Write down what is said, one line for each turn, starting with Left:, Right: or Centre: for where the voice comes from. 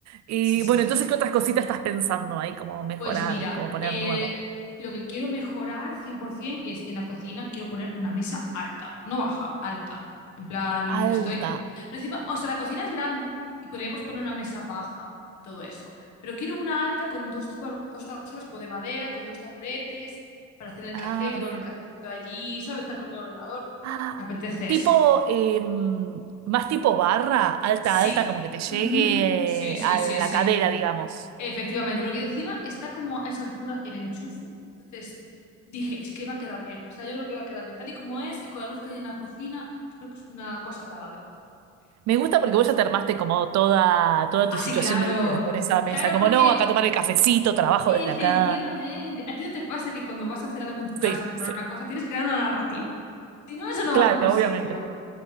Right: Y
Left: Sí, sí.
Right: bueno, entonces, ¿qué otras cositas estás pensando ahí? Como mejorar,
Left: Pues mira,
Right: como poner
Left: eh,
Right: nuevo.
Left: lo que quiero mejorar 100% es en la cocina, quiero poner una mesa alta, no baja, alta. En plan,
Right: Alta.
Left: estoy... Pero encima, o sea, la cocina es grande y podríamos poner una mesa baja y todo eso. Pero quiero una alta con dos, tuba- dos ta- ¿sabes? Como de madera, con dos taburetes, para hacer el
Right: Ah,
Left: café y tomarme
Right: bien.
Left: el cafecito allí, ¿sabes? Estar con el ordenador.
Right: Ah,
Left: Me apetece
Right: tipo,
Left: eso.
Right: eh, más tipo barra, alta,
Left: Sí.
Right: alta, como que te llegue
Left: Ujú. Sí, sí,
Right: eh, a
Left: sí,
Right: la
Left: sí.
Right: cadera, digamos.
Left: Efectivamente, porque encima está como a esa altura el enchufe. Entonces dije, es que va a quedar bien. O sea, yo creo que va a quedar bien tal y como es y con la luz que hay en la cocina. Yo creo que es una cosa agradable para tomarme el café ahí
Right: Me gusta
Left: por las
Right: porque
Left: mañanas.
Right: vos ya te armaste como toda, toda tu
Left: Así,
Right: situación
Left: claro.
Right: de vida con esa mesa.
Left: Claro,
Right: Como
Left: porque
Right: no, acá tomar el cafecito, trabajo
Left: Efectivamente.
Right: desde acá.
Left: ¿A ti no te pasa que cuando vas a hacer algo en tu casa,
Right: Sí,
Left: mejorar
Right: sí,
Left: una cosa, tienes que crear una narrativa? Si no, eso no
Right: claro,
Left: va a ningún sitio.
Right: obviamente.